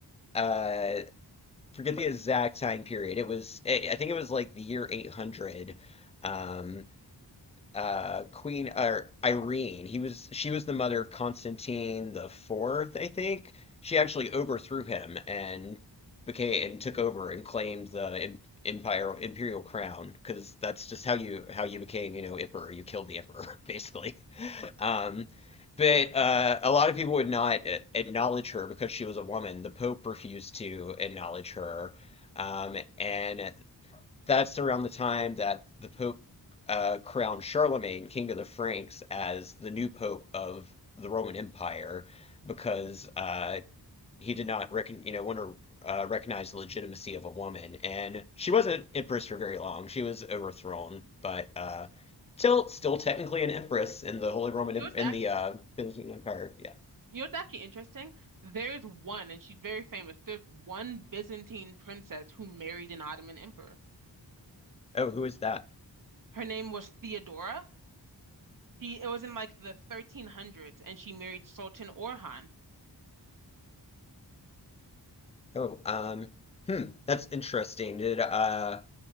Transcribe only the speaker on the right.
Yours
actually,
yours actually interesting. There's one, and she's very famous. There's one Byzantine princess who married an Ottoman emperor.
Her name was Theodora. She, it was in like the 1300s, and she married Sultan Orhan.